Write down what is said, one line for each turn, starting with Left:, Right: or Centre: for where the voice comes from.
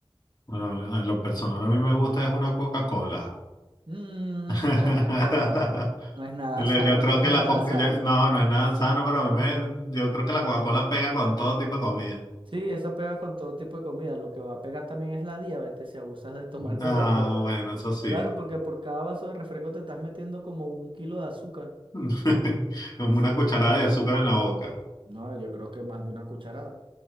Left: Bueno, a lo personal a mí me gusta es una Coca-Cola.
Right: Mm,
Left: <laughs>
Right: también, pero no, no es nada
Left: Le-
Right: sano,
Left: Yo creo
Right: no es
Left: que
Right: nada
Left: la coca,
Right: sano.
Left: yo- no, no es nada sano, pero a mí me, yo creo que la Coca-Cola pega con todo tipo de comida. <laughs>
Right: Sí, esa pega con todo tipo de comida. Lo que va a pegar también es la diabetes si abusas de tomar
Left: Ah,
Right: <laughs> Coca-Cola.
Left: bueno, eso sí.
Right: Claro, porque por cada vaso de refresco te estás metiendo como un kilo de azúcar.
Left: <laughs> Con
Right: Sí,
Left: Una cucharada de azúcar en la boca.
Right: no, yo creo que más de una cucharada.